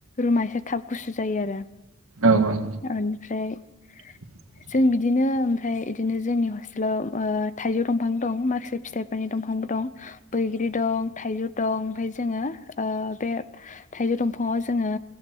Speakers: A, on the left; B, on the right.
A: रुमा एसे थाब गुसु जायो आरो
B: औ औ
A: <unintelligible>
B: <inaudible>
A: जों बिदिनो ओमफ्राय बिदिनो जोंनि हस्टेलाव ओ थाइजौ दंफां दं। माखासे फिथाइफोरनि दंफांबो दं। बैग्रि दं थाइजौ दं ओमफफ्राय जोंङो बे थाइजौ दंफाङाव जोंङो